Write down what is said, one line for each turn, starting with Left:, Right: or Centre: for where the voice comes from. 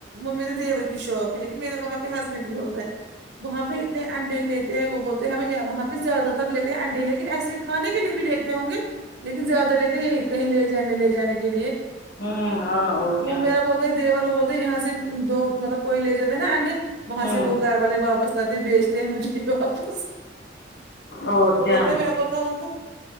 Right: وہ میرے دیور کی شوپ ہے لیکن میرا وہاں پہ ہسبینڈ بھی ہوتا ہے وہاں پہ انڈے لیتے ہیں وہ بولتے ہیں ہم وہاں پہ زیادہ تر لیتے ہیں انڈے ہی لیکن ایسے کھے کے لیے بھی لیتے ہوں گے لیکن زیادہ لیتے یہی کہیں لے جانے لے جانے کے لیے
Left: ہوں ہاں اور کیا
Right: وہ میرا بولتا دیور وہ بولتے یہاں سے دو مطلب کوئی لے جا ہے نا اینڈی وہاں
Left: ہوں
Right: سے وہ گھر والے باپ استاد جی بیچتے ہیں مجھے <unintelligible> واپس
Left: اور
Right: وہ
Left: کیا
Right: بولتا میں بولتا ہوں ان کو